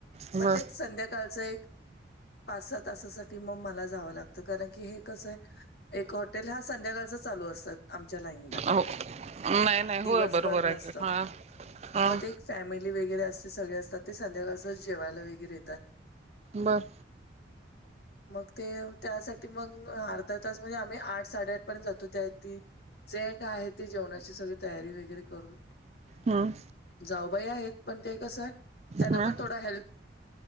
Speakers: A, on the right; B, on the left.
A: बर
B: मग तेच संध्याकाळच एक. पाच सहा तासासाठी मग मला जावं लागतं कारण की हे कसं आहे. एक हॉटेल हा संध्याकाळचा चालू असतात. आमच्या लाईनीला.
A: हो नाही नाही होय
B: दिवसभर
A: बरोबर
B: नसत
A: आहे की. हा ह...
B: मग ते एक फॅमिली वगैरे असते, सगळे असतात. ते संध्याकाळचं जेवायला वगैरे येतात.
A: बर.
B: मग ते त्यासाठी मग अर्धा तास म्हणजे आम्ही आठ साडेआठ पर्यंत जातो. त्या ती जे काय आहे ते जेवणाची सगळी तयारी वगैरे करून
A: हम्म
B: जाऊबाई आहेत, पण ते कसं त्यांना
A: ह
B: पण थोडा हेल्प